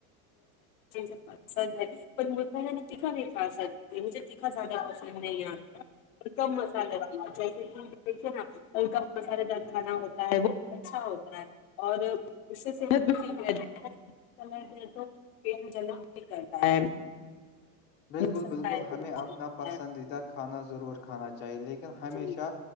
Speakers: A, on the left; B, on the left.
A: <unintelligible> پسند ہے پر مجہ ن تکھا نہیں کا سکتی مجھے تکھا زیادہ پسند نہیں آتا <inaudible> ا کم مسالے <unintelligible> جیسے کہ دیکھیے نا ہل کاا مسالے دار کھانا ہوتا ہے وہ اچھا ہوتا ہے <inaudible> اور اس سے صحت بھی ٹھیک رہ جاتی ہے تو پٹ میں ج کرتا ہے <inaudible> نقصان
B: بالکل بالکل
A: دائک
B: ہمیں اپنا
A: ہوتا
B: پسندیدہ
A: ہے
B: کھانا ضرور کھانا چاہیے لیکن ہمیشہ
A: جی